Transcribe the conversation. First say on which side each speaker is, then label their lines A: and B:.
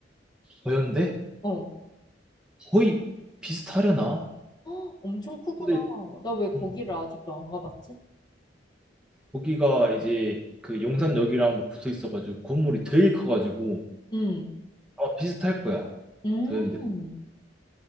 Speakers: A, in the centre; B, on the left.
A: 거였는데
B: 어. <gasps>
A: 거의 비슷하려나?
B: 헉, 엄청 크구나.
A: 근데
B: 나 왜 거기를
A: 음,
B: 아직도 안 가봤지?
A: 거기가 이제 그 용산역이랑 뭐 붙어 있어가지고 건물이 되게 커가지고
B: 응.
A: 아마 비슷할 거야
B: 음,
A: 더현대.